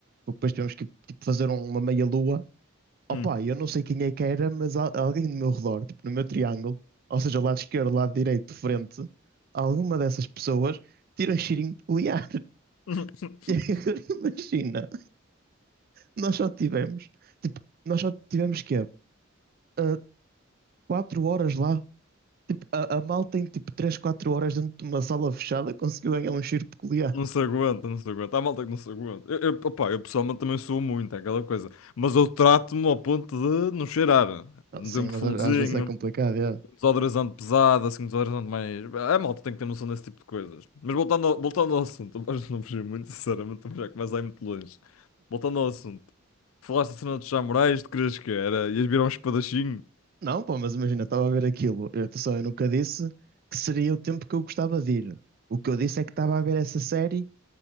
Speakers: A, on the right; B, on the left.
A: porque depois tivemos que tipo, fazer um- uma meia-lua.
B: hum.
A: Opa, eu não sei quem é que era, mas al- alguém do meu redor, tipo no meu triângulo, ou seja, lado esquerdo, lado direito, frente, alguma dessas pessoas tira cheirinho peculiar. <laughs>
B: <laughs>
A: E agora imagina, nós só tivemos, tipo, nós só tivemos quê? Ah, quatro horas lá. Tipo, a, a malta em tipo 3 4 horas dentro de uma sala fechada conseguiu ganhar um cheiro peculiar.
B: Não se aguenta, não se aguenta. Há malta que não se aguenta. Eu, eu, opá, eu pessoalmente também sou muito, é aquela coisa. Mas eu trato-me ao ponto de não cheirar.
A: Ah,
B: De
A: Sim,
B: um perfumezinho.
A: mas a- às vezes é complicado. É.
B: Desodorizante pesado, assim, um desodorizante mais. A malta tem que ter noção desse tipo de coisas. Mas voltando ao, voltando ao assunto, <laughs> mas não fugi muito, sinceramente, também já começa a ir muito longe. Voltando ao assunto, falaste da cena dos samurais, tu querias que era? Ias virar um espadachim?
A: Não, pô, mas imagina, estava a ver aquilo. Eu, atenção, eu nunca disse que seria o tempo que eu gostava de ir. O que eu disse é que estava a ver essa série